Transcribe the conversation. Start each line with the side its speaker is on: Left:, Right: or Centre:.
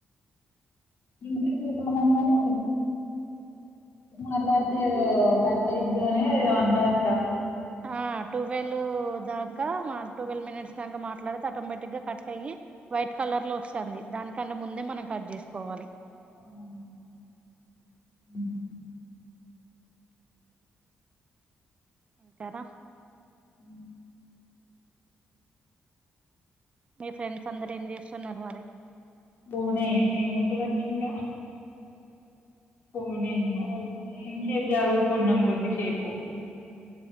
Left: ఇంకేం చేస్తామని అన్నారు మాట్లాడితే ఏదో కట్టయిది అని ఏదో అన్నరక్క
Right: ఆ ట్వెల్వ్ దాకా మా ట్వెల్వ్ మినిట్స్ దాకా మాట్ల అట్లా ఐతే ఆటోమేటిక్గ కట్టయ్యి వైట్ కలర్ లో వస్తంది దాని కంటె ముందే మనం కట్ చేసుకోవాలి
Left: ఆ ఉహు
Right: ఇంకారా
Left: ఉ
Right: మీ ఫ్రెండ్స్ అందరు ఏం చేస్ ఉన్నారు మరి
Left: బోనే ఏముంటి గట్లుంట పోనీంగా ఇం సేపు చదువుకున్నాం కొద్దిసేపు